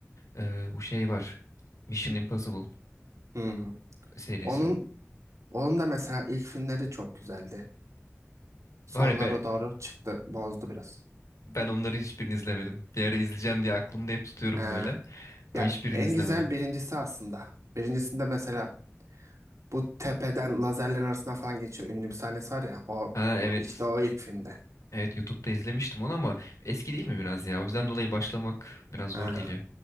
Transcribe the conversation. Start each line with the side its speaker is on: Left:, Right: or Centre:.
Left: Ee, bu şey var. Mission Impossible
Right: Hmm.
Left: serisi.
Right: Onun onun da mesela ilk filmleri çok güzeldi. Sonlara
Left: Var ya be,
Right: doğru çıktı, bozdu biraz.
Left: ben onları hiçbirini izlemedim. Bir ara izleyeceğim diye aklımda hep tutuyorum
Right: Ee,
Left: böyle. Ama
Right: ya
Left: hiçbirini
Right: en
Left: izlemedim.
Right: güzel birincisi aslında. Birincisinde mesela bu tepeden lazerlerin arasına falan geçiyor. Ünlü bir sahnesi var ya. O,
Left: Ha
Right: o
Left: evet.
Right: işte o ilk filmde.
Left: Evet YouTube'da izlemiştim onu ama eski değil mi biraz ya? O yüzden dolayı başlamak biraz zor
Right: Ha.
Left: geliyor.